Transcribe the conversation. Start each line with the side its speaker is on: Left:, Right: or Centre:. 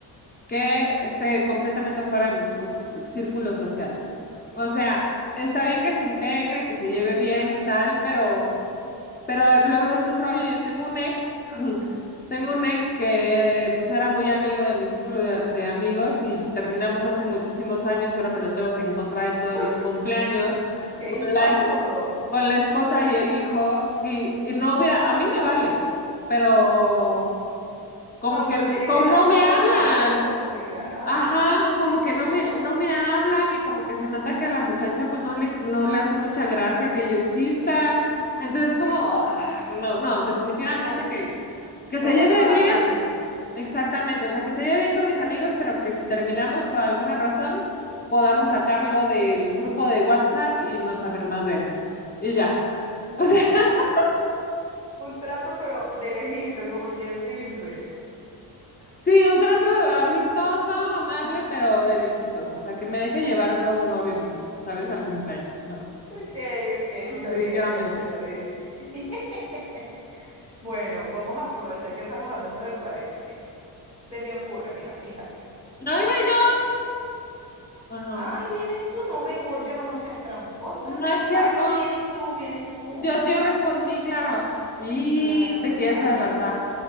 Left: que esté completamente fuera de mi circo- círculo social. O sea, está bien que se integre, que se lleve bien y tal, pero Pero eh, luego es un rollo, yo tengo un ex, <laughs> tengo un ex que eh, pues era muy amigo de mi círculo de, de amigos y terminamos hace muchísimos años y ahora me lo tengo que encontrar en todos
Right: <laughs> ¡Ay,
Left: los cumpleaños
Right: ¡Qué
Left: con
Right: incómodo!
Left: la, es- con la esposa y el hijo y, y no hubiera, a mí me vale, pero como
Right: No,
Left: que
Right: pero tiene
Left: como
Right: que darte
Left: no me
Right: como
Left: hablan.
Right: que algo de incomodidad. Ah,
Left: Ajá, como que no me, no me hablan y como que se nota que a la muchacha pues no le, no le hace mucha gracia que yo exista. Entonces como, ah, no, no, definitivamente
Right: claro,
Left: que, que
Right: no
Left: se
Right: pasan
Left: lleve
Right: la
Left: bien,
Right: página.
Left: exactamente, o sea, que se lleve bien con mis amigos, pero que si terminamos por alguna razón, podamos sacarlo del grupo de WhatsApp y no saber más de él. Y ya. O sea, <laughs>
Right: Un trato, pero de lejito, como quien dice.
Left: sí, un trato de- amistoso, amable, pero de lejitos. O sea, que me deje llevar un nuevo novio a mi, ¿sabes? Al cumpleaños. No.
Right: Ok, ok, está
Left: Definitivamente.
Right: bien, no, no, está bien. <laughs> Bueno, vamos a aprovechar que estamos hablando de pareja. Mira, se me ocurre, mira, fíjate.
Left: ¿No iba yo o no?
Right: Ay, vienes tú, no vengo yo, no seas tramposa.
Left: No es cierto.
Right: Ay, no, vienes tú, vienes tú.
Left: Yo, yo respondí, claro. Y
Right: Claro.
Left: te quieres
Right: Ay,
Left: adelantar.
Right: Dios.